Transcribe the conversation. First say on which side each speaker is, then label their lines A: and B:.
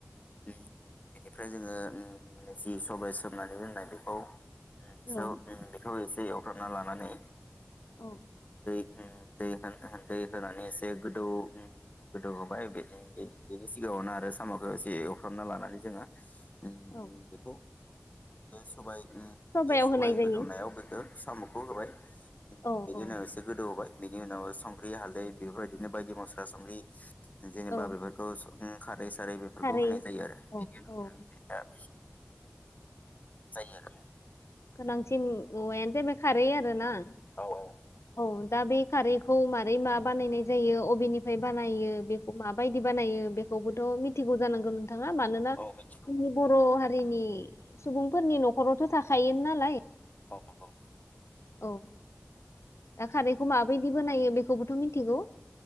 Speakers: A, on the left; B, on the left.
A: बेनि बेनिफ्राय जोङो ओ जि सबाय सोमनानै दोननाय बेखौ ओम
B: औ
A: सौ ओम बेखौ ए दै एवख्रांना लानानै
B: औ
A: होम दै होना दै होनानै एसे गोदौ ओम गोदौ होबाय बेनि बेनि सिगाङावनो आरो साम खौ एसे बे एवफ्रामना लानानै जोङो ओम
B: औ
A: बेखौ बे सबाय ओम
B: सबायाव
A: बे सबाय
B: होनाय जायो
A: गोदौनायाव होदो साम खौ होबाय।
B: औ
A: बिदिनो
B: औ
A: एसे गोदौ होबाय। बिनि उनाव संख्रि हालदै बेफोरबायदिनो बायदि मस्ला संख्रि जेनेबा
B: औ
A: बेफोरखौ स ओ खारै सारै बेफोरखौ
B: खारै
A: होनाय जायो आरो
B: औ
A: बेनि उनाव
B: औ
A: जों ओ जायो आरो
B: गोनांसिन मुवायानो जाबाय खारहै आरोना
A: औ औ
B: औ दा बे खारैखौ मारै मा बानायनाय जायो अबेननिफ्राय बानायो बेखौ माबायदि बानायो बेखौबोथ मिथिगौ जानांगौ थाङा मानोना
A: औ मिथिगौ
B: जोंनि
A: औ
B: बर हा रिनि सुबुंफोरनि नखरावथ था हायो नालाय
A: औ नंगौ।
B: औ दा खारैखौ माबै दि बानायो बेखौबोथ मिन्थिगौ।